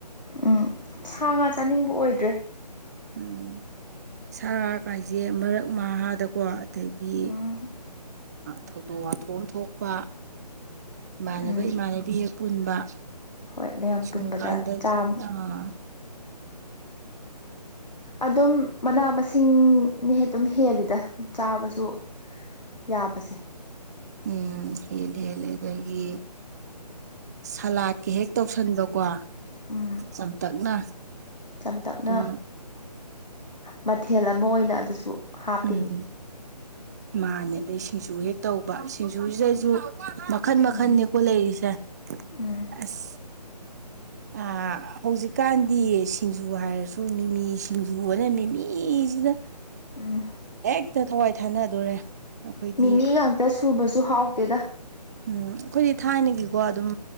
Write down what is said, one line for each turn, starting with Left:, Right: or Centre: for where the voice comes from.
Left: ꯎꯝ ꯁꯥ ꯉꯥ ꯆꯥꯅꯤꯡꯕ ꯑꯣꯏꯗ꯭ꯔꯦ
Right: ꯑꯣ ꯁꯥ ꯀꯥꯏꯁꯦ ꯃꯔꯛ ꯃꯍꯥꯗꯀꯣ ꯑꯗꯒꯤ
Left: ꯎꯝ
Right: ꯊꯧꯗꯣꯛ ꯋꯥꯊꯣꯛ ꯊꯣꯛꯄ ꯏꯃꯥꯟꯅꯕ
Left: ꯎꯝ
Right: ꯏꯃꯥꯟꯅꯕꯤ ꯍꯦꯛ ꯄꯨꯟꯕ
Left: ꯍꯣꯏ ꯃꯌꯥꯝ
Right: ꯁꯨ
Left: ꯄꯨꯟꯕꯗ
Right: ꯀꯥꯟꯗ
Left: ꯆꯥꯕ
Right: ꯑꯥ
Left: ꯑꯗꯨꯝ ꯃꯅꯥ ꯃꯁꯤꯡꯅꯍꯦ ꯑꯗꯨꯝ ꯍꯦꯜꯂꯤꯗ ꯆꯥꯕꯁꯨ ꯌꯥꯕꯁꯦ
Right: ꯎꯝ ꯍꯦꯜꯂ ꯍꯦꯜꯂ ꯑꯗꯒꯤ ꯁꯂꯥ ꯀꯩ ꯍꯦꯛ ꯇꯧꯁꯟꯕꯀꯣ
Left: ꯎꯝ
Right: ꯆꯝꯇꯛꯅ
Left: ꯆꯝꯇꯛꯅ
Right: ꯑꯗꯨꯝ
Left: ꯃꯊꯦꯜ ꯑꯃ ꯑꯣꯏꯅ ꯑꯗꯨꯁꯨ ꯍꯥꯞꯄꯤꯅꯤ
Right: ꯎꯝ ꯃꯥꯅꯦ ꯑꯗꯩ ꯁꯤꯡꯖꯨ ꯍꯦꯛ ꯇꯧꯕ ꯁꯤꯡꯖꯨꯁꯤꯗꯁꯨ ꯃꯈꯟ ꯃꯈꯟꯅꯤꯀꯣ
Left: ꯎꯝ
Right: ꯂꯩꯔꯤꯁꯦ
Left: ꯎꯝ
Right: ꯑꯁ ꯑ ꯍꯧꯖꯤꯛꯀꯥꯟꯗꯤ ꯁꯤꯡꯖꯨ ꯍꯥꯏꯔꯁꯨ ꯃꯤꯃꯤ ꯁꯤꯡꯖꯨꯅ ꯃꯤꯃꯤ ꯏꯁꯤꯅ
Left: ꯎꯝ
Right: ꯍꯦꯛꯇ ꯊꯋꯥꯏ ꯊꯥꯅꯗꯣꯔꯦ ꯑꯩꯈꯣꯏꯗꯤ
Left: ꯃꯤꯃꯤ ꯉꯥꯛꯇ ꯁꯨꯕꯁꯨ ꯍꯥꯎꯇꯦꯗ
Right: ꯎꯝ ꯑꯩꯈꯣꯏꯗꯤ ꯊꯥꯏꯅꯒꯤꯀꯣ ꯑꯗꯨꯝ